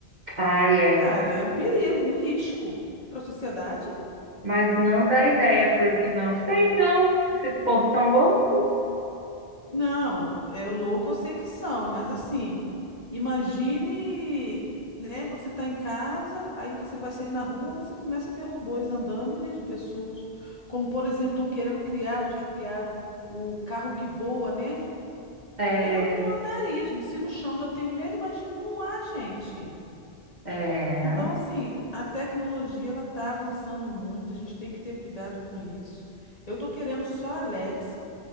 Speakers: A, on the right; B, on the left.
A: Ai, é.
B: Cara, é um perigo, um risco para a sociedade.
A: Mas não dá ideia, porque não sei, não. Esses povos são loucos.
B: Não, é louco, eu sei que são, mas assim, imagine, né, você tá em casa, aí você vai sair na rua, você começa a ver robôs andando em vez de pessoas. Como, por exemplo, estão querendo criar, ou já criaram o carro que voa, né?
A: É,
B: Eu que não andaria, gente. Se no chão já tenho medo, imagina no ar, gente.
A: é.
B: Então, assim, a tecnologia ela tá avançando muito, a gente tem que ter cuidado com isso. Eu tô querendo só a Alexa